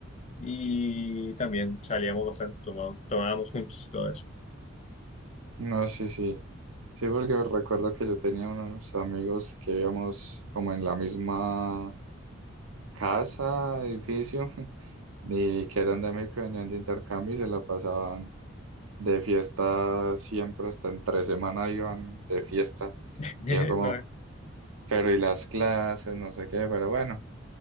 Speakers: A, on the left (about 30°); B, on the right (about 85°).
A: Y también salíamos bastante, tomá- tomábamos juntos, todo eso.
B: No, sí, sí. Sí, porque recuerdo que yo tenía unos amigos que vivíamos como en la misma casa, edificio, <laughs> y que eran de México, y venían de intercambio y se la pasaban de fiesta siempre, hasta en tres semanas iban de fiesta.
A: <laughs>
B: Y yo como, pero y las clases, no sé qué, pero bueno.